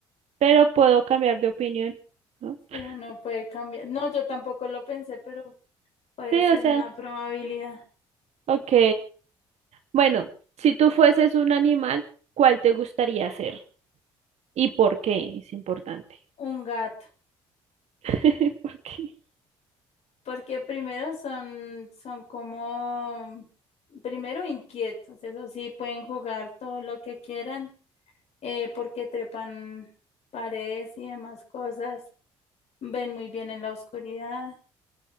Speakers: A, on the right; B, on the left.
A: Pero puedo cambiar de opinión, ¿no?
B: Sí,
A: <laughs>
B: uno puede cambiar. No, yo tampoco lo pensé, pero Puede
A: Sí,
B: ser
A: o sea,
B: una probabilidad.
A: ok. Bueno, si tú fueses un animal, ¿cuál te gustaría ser? ¿Y por qué? Es importante.
B: Un gato,
A: <laughs> ¿Por qué?
B: porque primero son, son como, primero inquietos, eso sí, pueden jugar todo lo que quieran, eh, porque trepan paredes y demás cosas, ven muy bien en la oscuridad